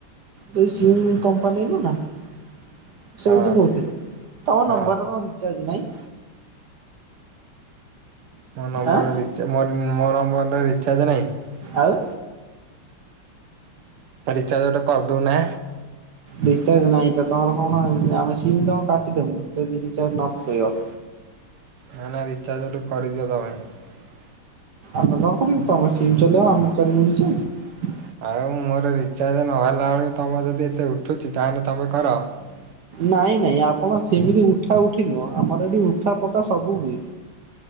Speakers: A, on the right; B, on the right.
A: ଯେସି କମ୍ପାନୀକୁ ନା ।
B: ହଁ
A: ସେଇଠୁ କହୁଥିଲି ତମ
B: ହଁ।
A: ନମ୍ବର କଣ ରିଚାର୍ଜ ନାହିଁ?
B: ମୋ ନମ୍ବରରେ
A: ଆଁ
B: ରିଚ୍ ମୋ ନମ୍ ମୋରୋ ମନରେ ରିଚାର୍ଜ ନାହିଁ ।
A: ଆଉ
B: ରିଚାର୍ଜ ଗୋଟେ କର୍ଦୁନା?
A: ରିଚାର୍ଜ ନାହିଁ ପା ତମର କଣ ଆମେ ସିମ ବି ତମେ କାଟିଦବୁ ଯଦି ରିଚାର୍ଜ ନ କରିବ।
B: ନା ନା ରିଚାର୍ଜ ଗୋଟେ କରିଦିଅ ତମେ ।
A: ଆମେ କଣ କରିବୁ ତମେ ସିମ ଚଲେଇବ ଆମେ କରିବୁ ରିଚାଜ।
B: ଆଉ ମୋର ରିଚାର୍ଜ ନହେଲା ବେଳ ତମ ଯଦି ଏତେ ଉଠୁଛି ତାହେଲେ ତମେ କର ।
A: ନାଇଁ ନାଇଁ ଆପଣ ସେମିତି ଉଠା ଉଠି ନୁହଁ ଆମର ଏଠି ଉଠା ପକା ସବୁ ହୁଏ।